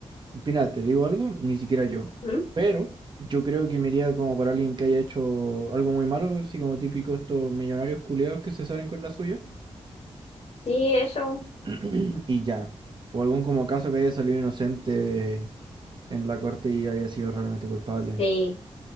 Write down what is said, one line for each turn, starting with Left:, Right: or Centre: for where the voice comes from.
Right: mira, te digo algo, ni siquiera yo.
Left: ¿Mm?
Right: Pero yo creo que me iría como para alguien que haya hecho algo muy malo, así como típico estos millonarios culiados que se salen con la suya.
Left: Sí, eso,
Right: <clears throat> y ya. O algún como caso que haya salido inocente en la corte y haya sido realmente culpable.
Left: sí,